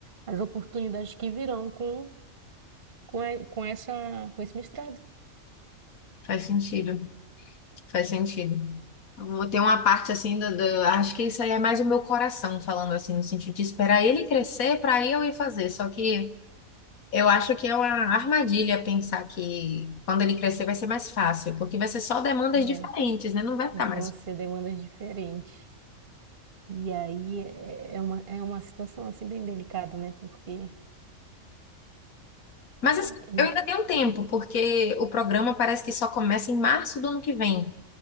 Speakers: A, on the right (about 40°); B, on the left (about 80°).
A: as oportunidades que virão com, com, e- com essa, com esse mestrado.
B: faz sentido, faz sentido. Eu tenho uma parte assim do, do- acho que isso aí é mais o meu coração falando assim, no sentido de esperar ele crescer para eu ir fazer. Só que eu acho que é uma armadilha pensar que quando ele crescer vai ser mais fácil, porque vai ser só demandas
A: É,
B: diferentes, né? Não vai ficar
A: vão
B: mais fácil.
A: ser demandas diferentes. E aí é é uma, é uma situação assim bem delicada, né? Porque
B: Mas
A: é,
B: assim, eu ainda tenho tempo, porque o programa parece que só começa em março do ano que vem.